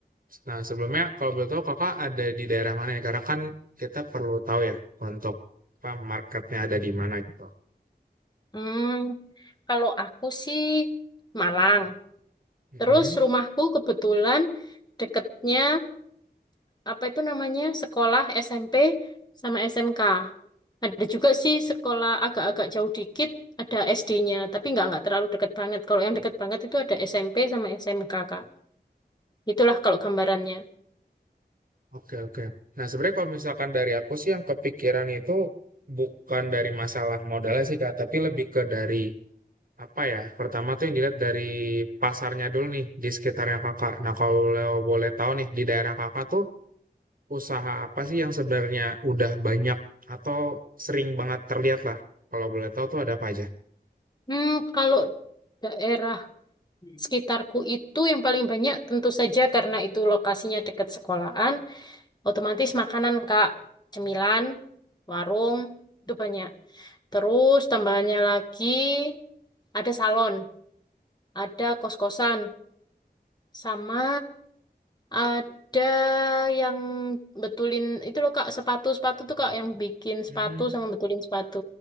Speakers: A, on the right (about 55°); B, on the left (about 25°).
A: Nah, sebelumnya kalau boleh tahu kakak ada di daerah mana ya? Karena kan kita perlu tahu ya untuk apa marketnya ada di mana gitu.
B: Hmm, kalau aku sih Malang.
A: Mhm.
B: Terus rumahku kebetulan deketnya apa itu namanya sekolah SMP sama SMK. Ada juga sih sekolah agak-agak jauh dikit ada SD-nya, tapi nggak nggak terlalu deket banget. Kalau yang deket banget itu ada SMP sama SMK, Kak. Itulah kalau gambarannya.
A: Oke, oke. Nah, sebenarnya kalau misalkan dari aku sih yang kepikiran itu bukan dari masalah modalnya sih Kak, tapi lebih ke dari apa ya? Pertama tuh yang dilihat dari pasarnya dulu nih di sekitarnya Kakak. Nah, kalau boleh tahu nih di daerah Kakak tuh Usaha apa sih yang sebenarnya udah banyak atau sering banget terlihat lah? Kalau boleh tahu tuh ada apa aja?
B: Hmm, kalau daerah sekitarku itu yang paling banyak tentu saja karena itu lokasinya dekat sekolahan, otomatis makanan, Kak, cemilan, warung itu banyak. Terus tambahannya lagi ada salon, ada kos-kosan. Sama ada yang betulin itu loh Kak, sepatu-sepatu tuh Kak yang bikin
A: Mhm.
B: sepatu sama betulin sepatu.